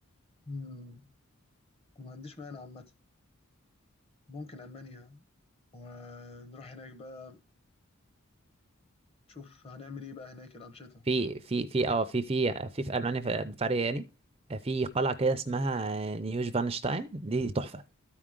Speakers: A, on the left (about 25°); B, on the right (about 25°).
A: مم. ما عنديش مانع عامة ممكن المانيا ونروح هناك بقى شوف هنعمل ايه بقى هناك الانشطه
B: في في في اه في في في في المانيا في بافاريا يعني في قلعه كده اسمها نيوش فانشتاين دي تحفه